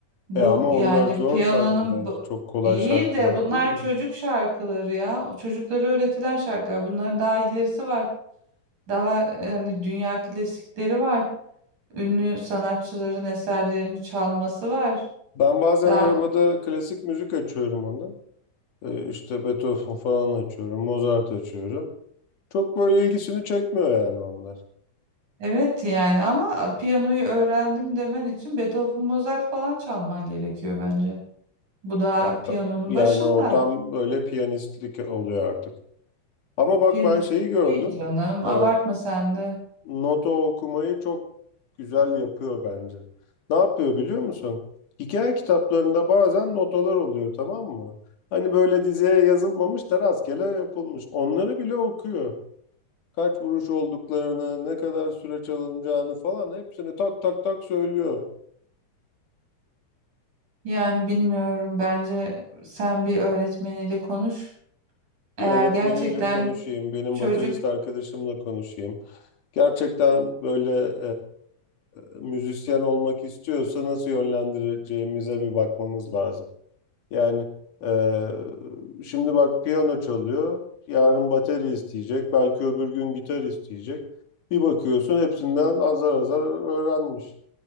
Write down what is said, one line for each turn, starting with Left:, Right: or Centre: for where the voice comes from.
Right: bu
Left: E ama
Right: yani
Left: onlar zor
Right: piyanonun
Left: şarkılar.
Right: bu-
Left: Çok kolay
Right: iyi
Left: şarkılar
Right: de bunlar
Left: değil.
Right: çocuk şarkıları ya. O çocuklara öğretilen şarkılar. Bunların daha ilerisi var. Daha yani dünya klasikleri var. Ünlü sanatçıların eserlerini çalması var.
Left: Ben bazen
Right: Daha
Left: arabada klasik müzik açıyorum ona. E, işte Beethoven falan açıyorum. Mozart açıyorum. Çok böyle ilgisini çekmiyor yani onlar.
Right: Evet yani ama piyanoyu öğrendim demen için Beethoven, Mozart falan çalman gerekiyor bence. Bu da
Left: Ya
Right: piyanonun
Left: tam, yani
Right: başında.
Left: o tam böyle piyanistlik oluyor artık. Ama bak
Right: Piyanist
Left: ben şeyi gördüm.
Right: değil canım. Abartma
Left: Ee,
Right: sen de.
Left: nota okumayı çok güzel yapıyor bence. Ne yapıyor biliyor musun? Hikaye kitaplarında bazen notalar oluyor tamam mı? Hani böyle dizeye yazılmamış da rastgele yapılmış. Onları bile okuyor. Kaç vuruş olduklarını, ne kadar süre çalınacağını falan hepsini tak tak tak söylüyor.
Right: Yani bilmiyorum. Bence sen bir öğretmeniyle konuş. Eğer
Left: Bir öğretmeniyle
Right: gerçekten
Left: konuşayım, benim
Right: çocuk
Left: baterist arkadaşımla konuşayım. Gerçekten böyle e, müzisyen olmak istiyorsa nasıl yönlendireceğimize bir bakmamız lazım. Yani e, şimdi bak piyano çalıyor, yarın bateri isteyecek, belki öbür gün gitar isteyecek. Bir bakıyorsun hepsinden azar azar öğrenmiş.